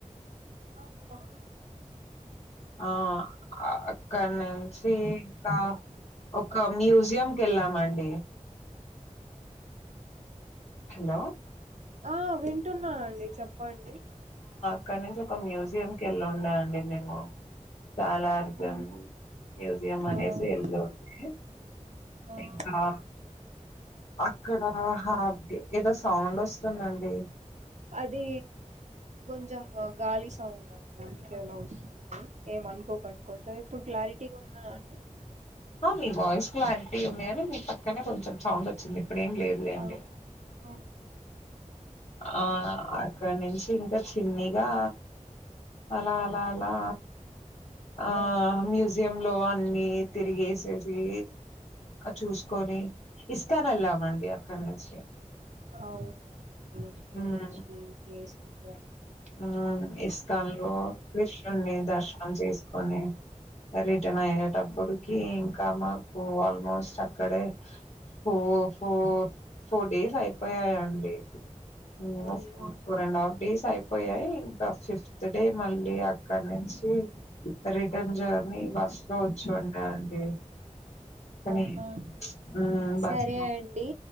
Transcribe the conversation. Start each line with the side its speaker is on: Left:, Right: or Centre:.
Right: ఆ చెప్పండి.
Left: ఆ అక్కడి నుంచి ఆ ఒక మ్యూజియం కెళ్ళామండి పే హలో
Right: ఆ వింటున్నానండి చెప్ పండి
Left: అక్కడి నుంచి ఒక మ్యూజియం కి వెళ్ళాంలే అండి మేము సాలార్జున్
Right: ఉమ్,
Left: మ్యూజియం అనేసి
Right: అవును
Left: ఎల్లమండి
Right: ఆహా
Left: ఇంకా అక్కడ హాఫ్డే ఏదో సౌండ్ వస్ వస్తుందండి
Right: అది కొంచెం గాలి సౌండ్ అండి అందుకే అలా వస్తుంది ఏమ అనుకోకండి కొంచెం ఇప్పుడు క్లారిటీగా ఉంద అండి
Left: ఆ మీ వాయిస్ క్లారిటీ ఉన్నాయని మీ పక్కనే కొంచెం సౌండ్ వచ్చింది. ఇప్పుడు ఏం లేదులే అండి
Right: అవును
Left: ఆ
Right: అంతేనండి.
Left: అక్కడ నుంచి ఇంకా చిన్నిగా అలా అలా అలా ఆ
Right: గడిచిపోయినా
Left: మ్యూజియం
Right: ఉంటారు.
Left: లో అన్నీ తిరిగేసేసి చూసుకొని ఇస్కాన్ వెళ్ళామండి కన్విన్స్ చెయ్
Right: అవునా అండి ఓకే
Left: మ్మ్
Right: మంచి ప్లేస్ అండి అది కూడా
Left: మ్మ్ ఇస్కాన్ లో కృష్ణుని దర్శనం చేసుకొని రిటర్న్ అయ్యేటప్పుడు కే ఇంకా మాకు ఆల్మోస్ట్ అక్కడే ఫో ఫోర్ ఫోర్ డేస్ అయిపోయాయండి <inaudible>
Right: అవునా
Left: ఫోర్ అండ్ ఆఫ్ డేస్ అయిపోయాయి ఇంకా ఫిఫ్త్ డే మళ్ళీ అక్కడ నుంచి రిటర్న్ జర్నీ బస్ లో వచ్చిండ అండి కానీ
Right: అవునా అండి
Left: ఉమ్ బస్
Right: సరే అండి